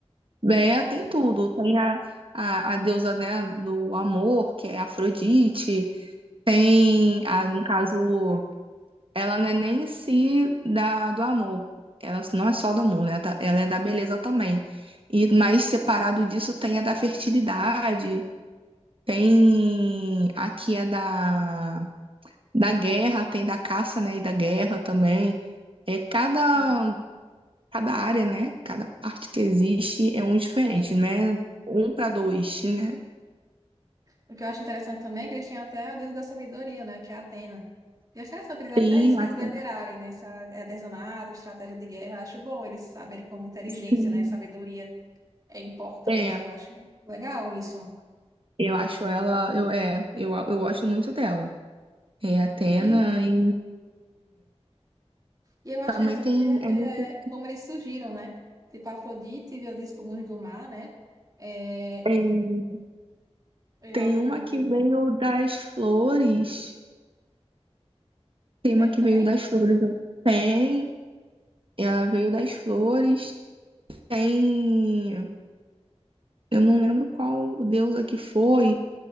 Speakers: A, on the right; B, on the right.
A: É,
B: né?
A: tem
B: Tem.
A: tudo. Tem a, a, a deusa, né, do amor, que é Afrodite. Tem, a, no caso, ela não é nem em si da, do amor. Ela não é só do amor, né? Tá- Ela é da beleza também. E mais separado disso tem a da fertilidade, tem aqui a da, da guerra, tem da caça, né? E da guerra também. É cada,
B: O
A: cada área, né? Cada parte que existe é um diferente,
B: que eu acho,
A: né? Um para dois, né?
B: o que eu acho interessante também é que eles têm até o deus da sabedoria, né? Que é Atena. E eu acho interessante eles até
A: Sim,
B: isso
A: até
B: eles venerarem, né? Essa artesanato, estratégia de guerra. Eu acho bom eles saberem como inteligência,
A: sim.
B: né? Sabedoria é importante.
A: É,
B: Eu acho legal isso.
A: eu acho ela, eu, é, eu, eu gosto muito dela. É Atena
B: E
A: e
B: E eu acho
A: também
B: interessante
A: tem,
B: porque,
A: eu
B: é,
A: não sei-
B: como eles surgiram, né? Tipo, Afrodite veio disso pro mundo do mar, né? É,
A: hum, é,
B: eu
A: tem
B: acho.
A: uma que veio das flores. Tem
B: Tem
A: uma que
B: também?
A: veio das flores. Tem, ela veio das flores. Tem, eu não lembro qual deusa que foi,